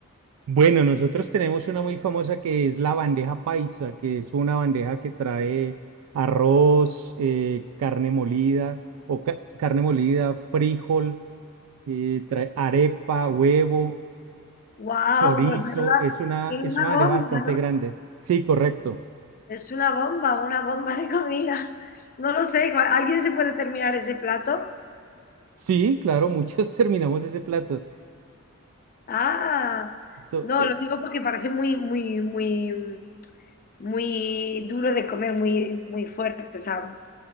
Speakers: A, on the right; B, on the left.
A: Bueno, nosotros tenemos una muy famosa que es la bandeja paisa, que es una bandeja que trae arroz, eh, carne molida o ca- carne molida, frijol, eh, trae arepa, huevo,
B: ¡Wow!
A: chorizo.
B: Pues menuda,
A: Es una,
B: menuda
A: es una
B: bomba,
A: bandeja bastante
B: ¿no?
A: grande. Sí, correcto.
B: Es una bomba, una bomba de comida. No lo sé, ¿cuál- ¿alguien se puede terminar ese plato?
A: Sí, claro, muchos <laughs> terminamos ese plato.
B: Ah,
A: So,
B: no,
A: eh,
B: lo digo porque parece muy, muy, muy, muy duro de comer, muy, muy fuerte, o sea,